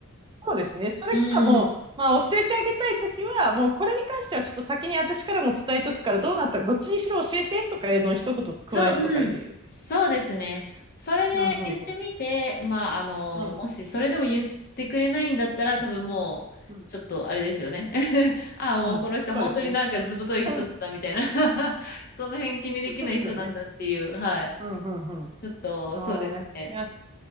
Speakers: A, on the right; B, on the left.
A: そうですね。それじゃあもう、
B: うん
A: まあ教えてあげたいときは、もうこれに関してはちょっと先に私からも伝えとくから、どうなった、どっちにしろ教えてとかへのを一言加えるとかいいですよね。
B: そう、うん、そうですね。それで言ってみて、
A: うんうんうん。
B: まあ、あの、
A: うん
B: もしそれでも言ってくれないんだったら、多分もう、
A: うん
B: ちょっとあれですよね。<laughs> ああ、
A: うん。
B: もうこの人、
A: そうですね。
B: 本当になんかずぶとい人だみたいな
A: <laughs> うん
B: <laughs> その辺気にできない人なんだっていう、
A: 本当ですよね。
B: はい。
A: うんうんう
B: ちょっと、
A: ん。
B: そうですね。
A: はい。いや、ち